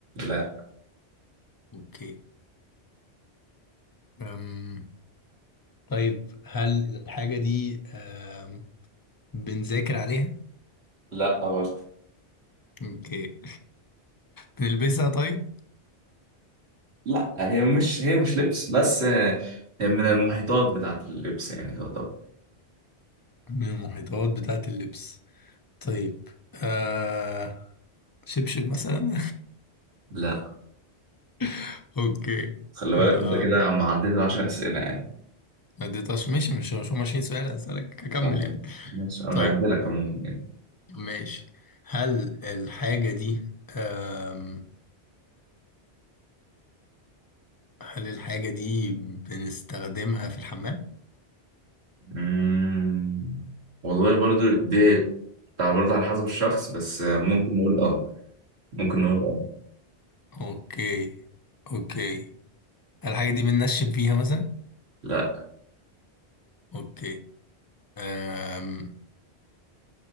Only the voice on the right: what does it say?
لأ
لأ برضه
لأ هي مش هي مش لبس بس آه، هي من المحيطات بتاعة اللبس يعني تعتبر
لأ
خلي بالك
أنت كده عم عديت 10 أسئلة يعني
فم-
ماشي، أنا
بعدلك عموما يعني
مم. والله برضو دي بتاع برضو على حسب الشخص بس ممكن نقول اه ممكن نقول اه
لا